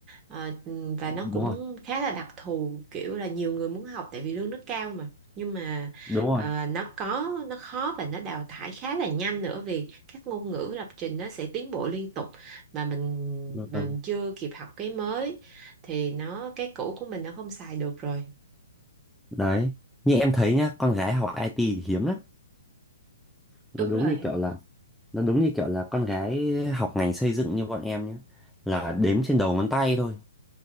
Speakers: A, on the right; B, in the centre.
A: Ờ, và nó
B: đúng
A: cũng
B: rồi
A: khá là đặc thù kiểu là nhiều người muốn học tại vì lương nó cao mà nhưng mà
B: đúng rồi
A: ờ, nó có nó khó và nó đào thải khá là nhanh nữa vì các ngôn ngữ lập trình nó sẽ tiến bộ liên tục mà mình
B: vâng
A: mình chưa kịp học cái mới thì nó cái cũ của mình nó không xài được rồi
B: đấy như em thấy nhá con gái học IT thì hiếm lắm nó
A: đúng
B: đúng
A: rồi
B: như kiểu là nó đúng như kiểu là con gái học ngành xây dựng như bọn em nhá là đếm trên đầu ngón tay thôi